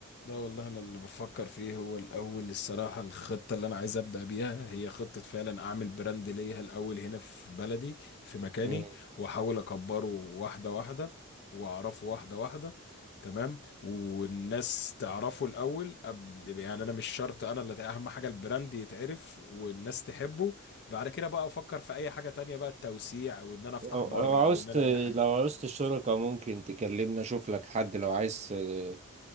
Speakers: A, on the left; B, on the right.
A: لا والله انا اللي بفكر فيه هو الاول الصراحه الخطه اللي انا عايز ابدا بيها هي خطه فعلا اعمل براند ليا الاول هنا في بلدي في مكاني
B: مم.
A: واحاول اكبره واحده واحده واعرفه واحده واحده تمام والناس تعرفه الاول قبل يعني انا مش شرط انا اللي اهم حاجه البراند يتعرف والناس تحبه بعد كده بقى افكر في اي حاجه تانية بقى التوسيع او ان انا افتح
B: لو
A: بره
B: لو عاوزت
A: او ان انا اي حاجه
B: لو عاوزت الشركة ممكن تكلمني اشوف لك حد لو عايز آه،